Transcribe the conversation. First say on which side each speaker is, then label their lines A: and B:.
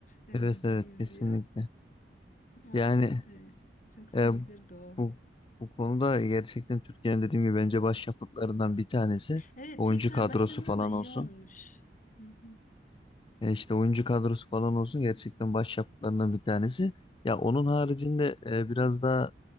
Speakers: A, on the left (about 50°); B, on the left (about 30°).
A: E,
B: Evet
A: diziyi
B: evet
A: izliyor.
B: kesinlikle.
A: Aynen
B: Yani
A: e, çok sevilirdi
B: e,
A: o.
B: bu bu konuda gerçekten Türkiye'nin dediğim gibi bence başyapıtlarından bir tanesi
A: Evet
B: oyuncu
A: tekrar
B: kadrosu
A: başlaman
B: falan
A: da iyi
B: olsun.
A: olmuş. Hı hı.
B: E işte oyuncu kadrosu falan olsun gerçekten başyapıtlarından bir tanesi. Ya onun haricinde e, biraz daha